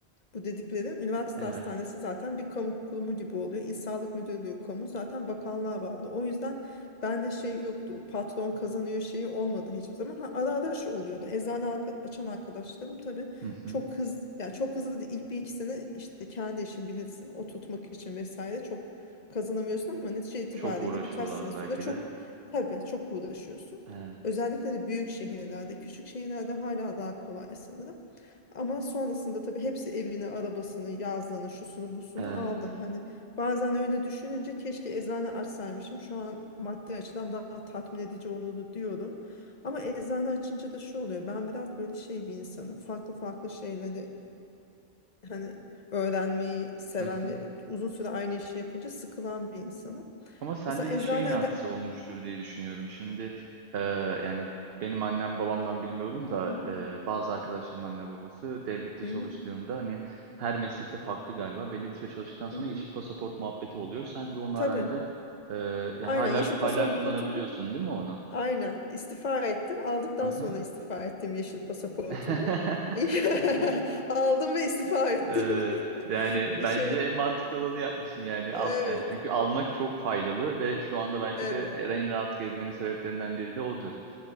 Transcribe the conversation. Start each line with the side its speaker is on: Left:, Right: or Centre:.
Left: Bu dedikleri üniversite
Right: <laughs> Evet.
Left: hastanesi zaten bir kamu kurumu gibi oluyor. İl Sağlık Müdürlüğü kamu zaten bakanlığa bağlı. O yüzden bende şey yoktu. Patron kazanıyor şeyi olmadı hiçbir zaman. Ha, ara ara şu oluyordu. Eczane arka- açan arkadaşlarım tabii
Right: Hı hı.
Left: çok hızlı yani çok hızlı da ilk bir iki sene işte kendi işin bilirsin o tutmak için vesaire çok kazanamıyorsun ama netice itibariyle
Right: Çok uğraşıyorlardı
Left: birkaç sene sonra
Right: belki
Left: çok
Right: de.
Left: tabii çok uğraşıyorsun.
Right: Evet.
Left: Özellikle de büyük şehirlerde, küçük şehirlerde hala daha kolay sanırım. Ama sonrasında tabii hepsi evini, arabasını, yazlığını, şusunu, busunu
Right: Evet.
Left: aldı. Hani bazen öyle düşününce keşke eczane açsaymışım. Şu an maddi açıdan daha tatmin edici olurdu diyorum. Ama eczane açınca da şu oluyor. Ben biraz böyle şey bir insanım. Farklı farklı şeyleri hani öğrenmeyi seven
Right: <laughs>
Left: ve uzun süre aynı işi yapınca sıkılan bir insanım.
Right: Ama sende
Left: Mesela eczanede...
Right: de şeyin artısı olmuştur diye düşünüyorum. Şimdi e, yani benim annem babamdan bilmiyorum da
Left: Hı hı,
Right: e, bazı arkadaşlarım anne babası devlette
Left: hı
Right: çalıştığında
Left: hı,
Right: hani her meslekte farklı galiba. Belli bir süre çalıştıktan sonra
Left: hı hı.
Right: yeşil pasaport muhabbeti oluyor. Sen de onu
Left: Tabii.
Right: herhalde e,
Left: Aynen
Right: yani hala
Left: yeşil
Right: hala
Left: pasaportu
Right: kullanabiliyorsun
Left: mu?
Right: değil mi onu?
Left: Aynen istifa ettim. Aldıktan
Right: Aha.
Left: sonra istifa ettim yeşil pasaportumu.
Right: <laughs>
Left: <laughs>
Right: Evet.
Left: Aldım ve istifa ettim.
Right: Ee, yani
Left: <laughs>
Right: bence
Left: Şey,
Right: en mantıklı olanı yapmışsın yani.
Left: evet,
Right: Al, yani çünkü almak çok faydalı ve şu anda belki
Left: evet.
Right: de en rahat gezmenin sebeplerinden biri de odur.